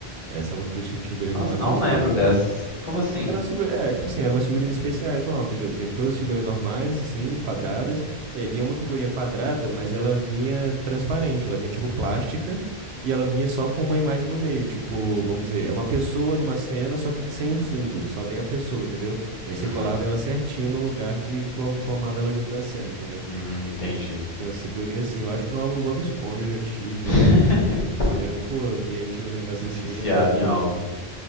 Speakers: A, on the right; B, on the left.
A: Essa é um dos tipos de figurinha
B: Nossa,
A: que eu mais
B: não
A: gostava,
B: lembro dessas.
A: cara.
B: Como assim?
A: Eram as figuras, é, tipo assim, eram umas figurinhas especiais no álbum, entendeu? Tem todas as figurinhas normais, assim, quadradas, e aí vinha uma figurinha quadrada, mas ela vinha transparente, ela vinha tipo plástica, e ela vinha só com uma imagem no meio, tipo, vamos dizer, é uma pessoa numa cena, só que sem o fundo, só tem a pessoa, entendeu? E aí você
B: Uhum.
A: colava ela certinho no lugar que form- formava ela junto da cena, entendeu?
B: Hum, entendi.
A: Tinha uma figurinhas assim, eu acho que no álbum do Bob Esponja eu já tive,
B: <laughs>
A: que eram, pô, e aí tinha uns negócios
B: Viciado
A: assim, era muito
B: em
A: legal.
B: álbum.